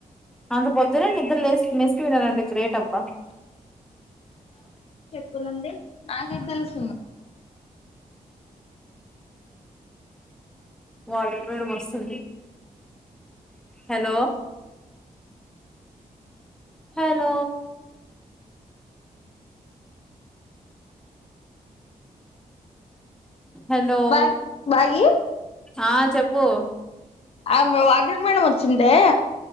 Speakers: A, in the centre; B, on the left (about 40°).
A: అంత పొద్దునేే నిద్ర లే మెస్కి వినారంండి గ్రేట్ అబ్బా
B: కు నుడి నాకే తెలుసు
A: వార్డన్ మేడం వస్తుంది hello hello hello
B: bye bye
A: ఆ చెప్పు
B: ఆమ వాడన్ మేడం వచ్చింటే